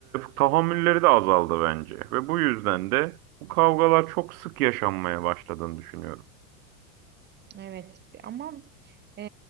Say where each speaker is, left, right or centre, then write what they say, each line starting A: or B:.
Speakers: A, on the right; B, on the right.
A: tahammülleri de azaldı bence ve bu yüzden de bu kavgalar çok sık yaşanmaya başladığını düşünüyorum.
B: Evet ama e,